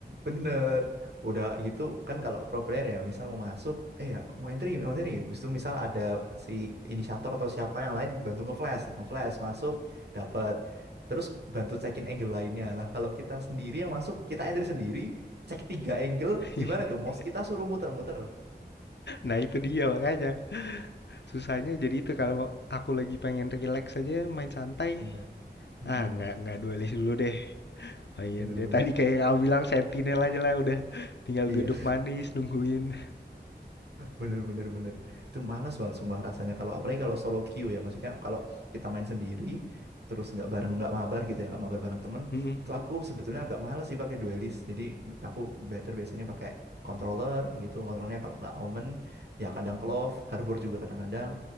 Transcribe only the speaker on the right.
bener. Udah gitu kan kalau pro player ya, misal mau masuk, eh ya mau entry, mau entry. Habis itu misal ada si inisiator atau siapa yang lain yang bantu nge-flash, nge-flash masuk dapat. Terus bantu cekin angle lainnya. Lah kalau kita sendiri yang masuk, kita entry sendiri, cek tiga angle,
gimana tuh? Mouse kita suruh muter-muter.
<laughs> Bener. Mm-mm.
Bener-bener.
Iya.
Bener bener bener. Itu malas banget sumpah rasanya kalau apalagi kalau solo queue ya maksudnya kalau kita main sendiri terus nggak bareng nggak mabar gitu ya nggak mabar bareng temen
itu aku sebetulnya agak males sih pakai duelist jadi aku better biasanya pakai controller gitu kontrolnya kalau nggak Omen ya kadang Clove Harbor juga kadang-kadang